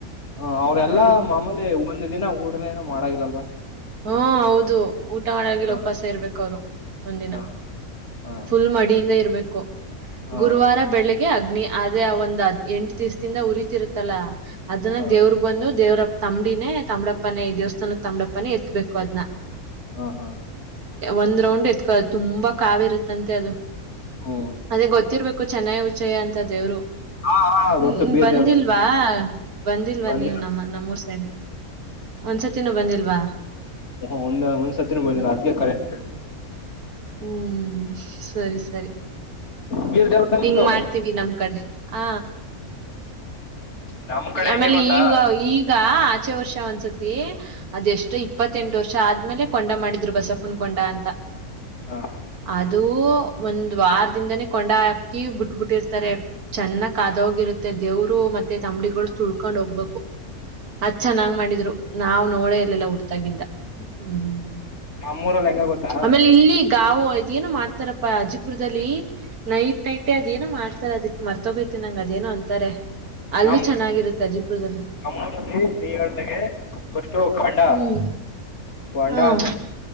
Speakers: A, on the left; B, on the right.
A: ಹ ಅವ್ರೆಲ್ಲಾ
B: ಹ್ಮ್
A: ಮಾಮೂಲಿ ಒಂದು ದಿನ ಊಡನೇನ ಮಾಡಾಗಿಲ್ಲಲ್ವಾ <inaudible>
B: ಹ್ಮ ಹೌದು ಊಟ ಮಾಡಾಗಿಲ್ಲ
A: ಹಾ
B: ಉಪವಾಸ ಇರ್ಬೇಕು <inaudible> ೋ <unintelligible> ಒಂದಿನ
A: ಹಾ ಹಾ
B: ಫುಲ್ ಮಡಿಯಿಂದ ಇರ್ ಬಬೇಕು <unintelligible>
A: ಹಾ
B: ಗುರುವಾರ <unintelligible> ೆ ಅಗ್ನಿ ಆದ್ರೆ ಒಂದ್ದ್ ಎಂಟು ದಿವ್ಸದಿಂದ ಉರಿತಿರುತ್ತಲ ಅದನ್ನ
A: ಹಾ
B: ದೇವ್ರ ಬಂದು ದೇವ್ರ ತಂಬಡಿನೇ ತ್ಡಪ್ಪನೇ ದೇವಸ್ಥಾನದ ತಾಮಡಪ್ಪಿ <unintelligible> ಮ <inaudible> ಬ ಅದ
A: ಹಾ ಹಾ
B: ಒಂದ್ ರೌ್ ತುಂಬಾ ಕಾವಿರುತ್ತಂತೆ ಅದು
A: ಹ್ಮ್
B: ಅದೇ ಗೊತ್ತಿರ್ಬೇಕು ು ಚೆನ್ನಾಗಿ ಉಚ್ಚಯ ಅಂತ ದೇವ್ರು
A: ಹಾ ಹಾ
B: ಹ್ಮ್
A: ಗೊತ್ತು ಬೀರ್ದೇವ್ರು
B: ಬಂದಿಲ್ವಾ ಬಂದಿಲ್ವಾ
A: ಬಂದಿಲ್ಲ
B: ನೀವು ನಮ್ಮ ನಮ್ಮೂರ್ ತ ಒಂದ್ಸತಿನೂ ಬಂದಿಲ್ವಾ
A: ಹ ಒಂದ ಒಂದ್ ಸತ್ತಿನ
B: ಹ್ಮ್
A: ಬರ್ಿಲ್ಲ ಅತ್ಗೆ ಕರೆ ಹತು
B: ಹ್ಮ್ ಸರಿ ಸರಿ
A: ಬೀರ್ ದೇವ್ರ ತಾನೆ
B: ಹಿಂಗ್
A: ಇದು
B: ಮಾಡ್ತೀವಿ ನಮ್ ಕಡೆ ಹ
A: ನಮ್ ಕಡೆ
B: ಆಮೇಲೆ
A: ಹೆಂಗೆ ಗೊತ್ತಾ
B: ಈಗ ಈಗ ಆಚೆ ವರ್ಷ ಒಂದ್ಸತಿ ಅದೆಷ್ಟು ಇಪ್ಪತ್ತೆಂಟು ಎಡು ವರ್ಷ ಆದ್ಮೇಲೆ ಕೊಂಡ ಮಾಡಿದ್ರು ಬಸಪುನ್ ಕೊಂಡ ಅಂತ
A: ಹಾ
B: ಅದು ಒಂದು <unintelligible> ವಾರದಿಂದಾನೇ ಕೊಂಡ ಹಾಕಿ ಬಿಟ್ಬ ಬಿಟ್ಟಿರ್ತಾರೆ ಚೆನ್ನ ಕಾದ ಹೋಗಿರುತ್ತೆ ದೇವ್ರು ಮತ್ತೆ ತಂಬಡಿಗಳು ತಳ್ಕೊಂಡ್ ಹೋಗ್ಬೇಕು ಅ ಚೆನ್ನಂಗ್ ಮಾಡಿದ್ರು ನಾವ್ ನೋಳೆ ಇರ್ಲ್ಲಲ್ಲಾ ಉಡ್ತವಿ ತಾಗಿಂದ ಹ್ಮ್
A: ನಮ್ಮೂರಲ್ಲಿ ಹೆಂಗ ಗೊತ್ತಾ
B: ಆಮೇಲೆ ಇಲ್ಲಿ ಗಾವು ಇದ ಏನೋ ಮಾಡ್ತಾರಪ್ಪಾ ಅಜಿಪುರದಲ್ಲಿ ನೈಟ್ ನೈಟೇ ಅದೇಏನೋ ಮಾಡ್ತಾರ ಅದಕ್ ಮರ್ತೋಗೋತಿ ನಂಗ ಅದೇನೋ ಅಂತಾರೆ ಅಲ್ಲೂ
A: ನಮ್ಮ್
B: ಚೆನ್ನಾಗಿರುತ್ತೆ ಅಜಿಪುರದಲ್ಲಿ
A: ನಮ್ಮೂರಲ್ಲಿ ನೀ ಹೇಳಳ್ಗೆ <unintelligible> ಖಾಂಡ
B: ಹ್ಮ್
A: ಕೊಂಡಾ
B: ಹ್ಮ್
A: ಅಂತ